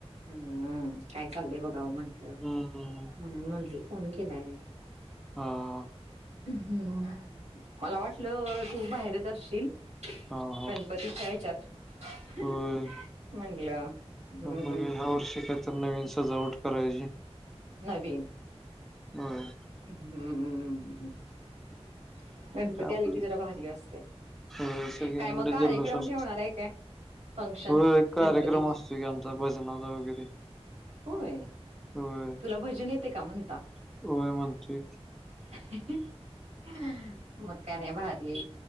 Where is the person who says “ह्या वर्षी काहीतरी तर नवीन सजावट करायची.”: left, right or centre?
Centre